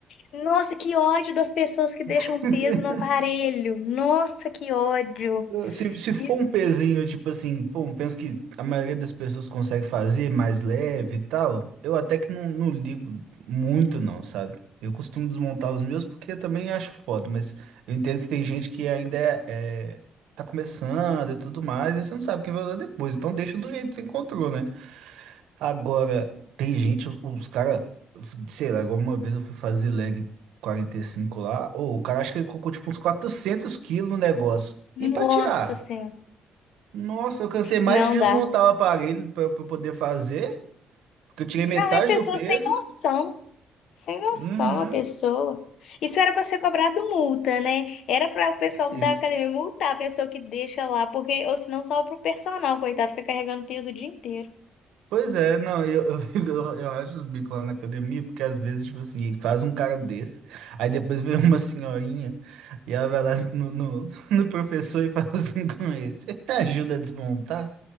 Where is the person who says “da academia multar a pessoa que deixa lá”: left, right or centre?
Left